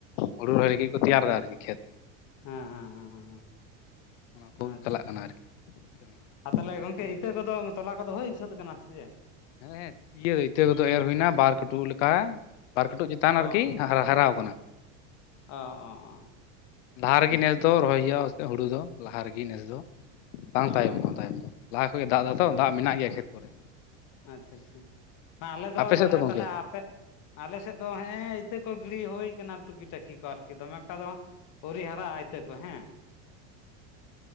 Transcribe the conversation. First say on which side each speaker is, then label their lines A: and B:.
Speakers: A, on the left; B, on the left.
A: ᱦᱳᱲᱳ ᱨᱚᱦᱚᱭ ᱞᱟᱹᱜᱤᱫ ᱠᱚ ᱛᱮᱭᱟᱨ ᱫᱟ ᱟᱨᱠᱤ ᱠᱷᱮᱛ
B: ᱦᱟᱸ ᱦᱟᱸ ᱦᱟᱸ ᱦᱟᱸ
A: ᱚᱱᱟ ᱠᱚ
B: ᱦᱟᱸ
A: ᱪᱟᱞᱟᱜ
B: ᱟᱪᱪᱷᱟ
A: ᱠᱟᱱᱟ ᱟᱨᱠᱤ ᱠᱟᱹᱢᱤ ᱠᱚ
B: ᱟᱨ ᱛᱟᱦᱚᱞᱮ ᱜᱚᱝᱠᱮ
A: ᱯᱤᱰᱷᱟᱹᱞᱟᱜ
B: ᱤᱛᱟᱹ ᱠᱚᱫᱚ ᱛᱚᱞᱟ ᱠᱚᱫᱚ ᱦᱳᱭ ᱥᱟᱹᱛ ᱠᱟᱱᱟ ᱥᱮ ᱪᱮᱫ
A: ᱦᱮᱸ ᱦᱮᱸ ᱤᱭᱟᱹ ᱤᱛᱟᱹ ᱠᱚᱫᱚ ᱮᱹᱨ ᱦᱳᱭᱱᱟ ᱵᱟᱨ ᱠᱟᱹᱴᱩᱵ ᱞᱮᱠᱟ ᱵᱟᱨ ᱠᱟᱹᱴᱩᱵ ᱪᱮᱛᱟᱱ ᱟᱨᱠᱤ
B: ᱚ
A: ᱦᱟ-ᱦᱟᱨᱟᱣ ᱠᱟᱱᱟ
B: ᱚ ᱚ ᱚ
A: ᱞᱟᱦᱟ ᱨᱮᱜᱮ ᱱᱮᱥ
B: ᱟᱪᱪᱷᱟ
A: ᱫᱚ ᱨᱚᱦᱚᱭ ᱦᱳᱭᱳᱜᱼᱟ ᱦᱩᱲᱩ ᱫᱚ ᱞᱟᱦᱟ ᱨᱮᱜᱮ ᱱᱮᱥ ᱫᱚ ᱵᱟᱝ
B: ᱚ
A: ᱛᱟᱭᱚᱢᱚᱜ-ᱟ
B: ᱚ
A: ᱛᱟᱭᱚᱢ ᱫᱚ ᱞᱟᱦᱟ ᱠᱷᱚᱡ ᱫᱟᱜ ᱫᱟᱭ ᱛᱚ
B: ᱚ
A: ᱫᱟᱜ ᱢᱮᱱᱟᱜ ᱜᱮᱭᱟ ᱠᱷᱮᱛ ᱠᱚᱨᱮ
B: ᱟᱪᱪᱷᱟ ᱟᱪᱪᱷᱟ ᱟᱞᱮ ᱫᱚ
A: ᱟᱯᱮ ᱥᱮᱫ
B: ᱛᱟᱦᱚᱞᱮ
A: ᱜᱚᱝᱠᱮ
B: ᱛᱟᱦᱚᱞᱮ ᱟᱯᱮ ᱟᱞᱮ ᱥᱮᱫ ᱫᱚ ᱦᱮᱹᱜ ᱮ ᱤᱛᱟᱹ ᱜᱤᱲᱤ ᱦᱳᱭ ᱠᱟᱱᱟ ᱴᱩᱠᱤ ᱴᱟᱠᱤ ᱠᱚ ᱟᱨᱠᱤ ᱫᱚᱢᱮ ᱮᱠᱴᱟ ᱫᱚ ᱵᱟᱝ ᱚᱣᱨᱤ ᱦᱟᱨᱟᱜᱼᱟ ᱤᱛᱟᱹ ᱠᱚ ᱦᱮᱸ